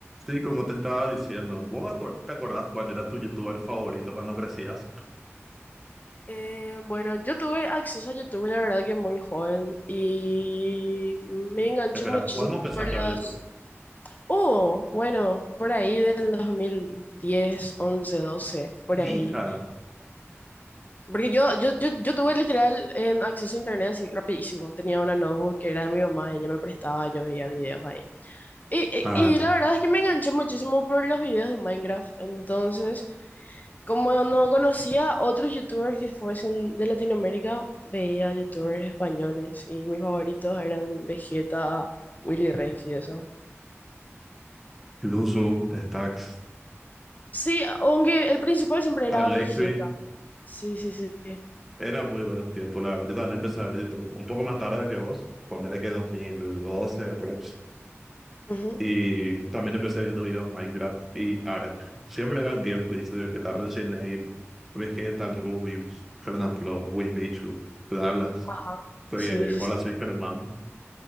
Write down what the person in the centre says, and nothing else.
Sí, como te estaba diciendo, ¿vos acor- te acordás cuál era tu youtuber favorito cuando crecías?
Espera,
¿cuándo empezaste
a ver YouTube?
Hija.
Ah,
Luzu, Stacks,
Alexi.
Eran muy buenos tiempos, la verdad. Yo también empecé a ver YouTube un poco más tarde que vos. Ponele que 2012, pero...
Y también empecé viendo videos Minecraft y Ark. Siempre eran gameplays de Vegeta Resident Vegetal, Rubius, Fernanfloo, Wismichu, Dallas.
Fue-
Hola,
soy Germán.